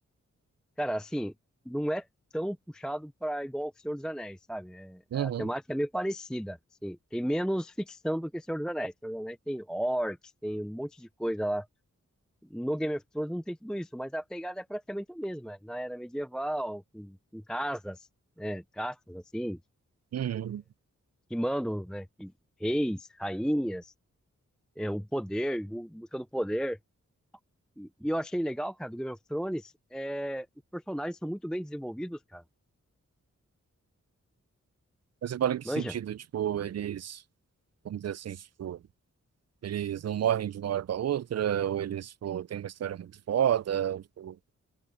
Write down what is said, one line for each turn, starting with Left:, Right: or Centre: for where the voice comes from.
Centre: Cara, assim, não é tão puxado pra igual o Senhor dos Anéis, sabe? É-
Right: Uhum.
Centre: a temática é meio parecida, assim. Tem menos ficção do que Senhor dos Anéis. Senhor dos Anéis tem orcs, tem um monte de coisa lá No Game of Thrones não tem tudo isso, mas a pegada é praticamente a mesma. é Na era medieval, com, com casas, né, castas assim,
Right: Uhum.
Centre: que mandam, né, que- reis, rainhas, é, o poder, bu- busca do poder. E, e eu achei legal, cara, do Game of Thrones, é, os personagens são muito bem desenvolvidos, cara.
Right: Mas Você fala em que
Centre: Manja,
Right: sentido? Tipo, eles, vamos dizer assim, tipo, eles não morrem de uma hora para outra, ou eles, tipo, têm uma história muito foda, ou, tipo,